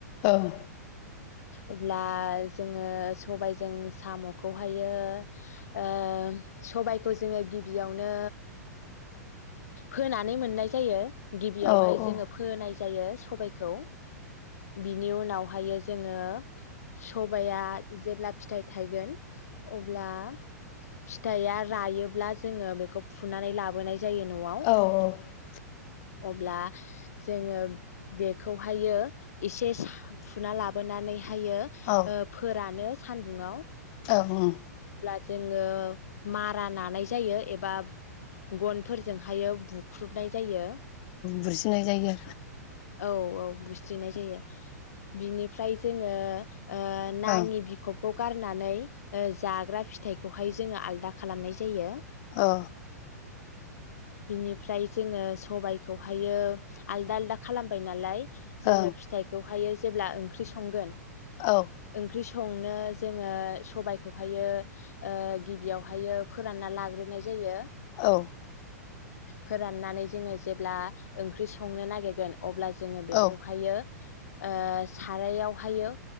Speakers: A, on the left (about 40°); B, on the left (about 60°).
A: ओं।
B: अब्ला जोङो सबायाइजों साम'खौहायो ओ सबायाइखौ जोङो गिबियावनो फोनानै मोननाय जायो। गिबियावहाय
A: औ
B: स जोङो फोनाय जायो। सबायखौ बिनि उनावहायो जोङो सबाइया जेब्ला फि थाइ थाइगोन। अब्ला फिथाइआ रायोब्ला जोङो बेखौ फुनानै लाबोनाय जायो न'आव।
A: औ
B: अब्ला जोङो बेखौहायो एसे सा-फुना लाबोनानै थायो ओ
A: औ
B: फोरानो। सान्दुङाव
A: औ ओं।
B: जोङो मारा नानाय जायो एबा गनफोरजोंहायो बुख्रुबनाय जायो।
A: बुजिनाय जायो
B: औ औ बुस्रिनाय जायो। बिनिफ्राय जोङो ओ नाङि
A: आरो
B: बिख'ब खौ गारनानै ओ जाग्रा फिथाइखौहाय जोङो आलदा खालामनाय जायो।
A: ओ।
B: बिनिफ्राय जोङो सबायखौहायो आलदा आलदा खालामबाय नालाय जोङो
A: औ
B: फिथाइखौहायो जेब्ला ओंख्रि संगोन
A: ओं
B: ओंख्रि स संनो जोङो सबाय खौहायो ओ गिबियावनो फोरानना लाग्रोनाय जायो।
A: औ
B: फोराननानै जोङो जेब्ला ओंख्रि संनो नागिरगोन अब्ला जोङो बेखौहायो।
A: औ
B: ओ सारायावहायो